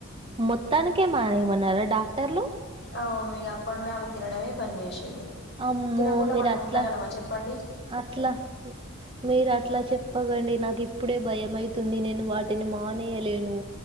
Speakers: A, on the right (about 25°); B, on the left (about 55°).
A: మొత్తానికే మానేయమన్నారా డాక్టర్లు
B: అవును ఇగ అప్పటి నుండి ఆమె తినడమే బంద్ చేసింది
A: అమ్మో
B: తినకుండా
A: మీరు
B: మనం
A: అట్లా
B: ఉండగలమా చెప్పం
A: అట్లా మీరు అట్లా చెప్పకండి నాకు ఇప్పుడే భయంమయితు తుంది నేను వాటిని మానేయలేను